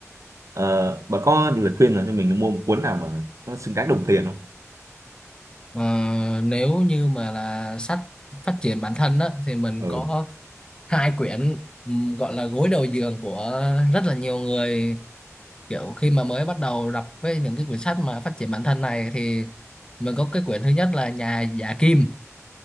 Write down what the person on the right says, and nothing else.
ờ, bạn có lời khuyên nào cho mình mua một cuốn nào mà nó xứng đáng đồng tiền không
ừ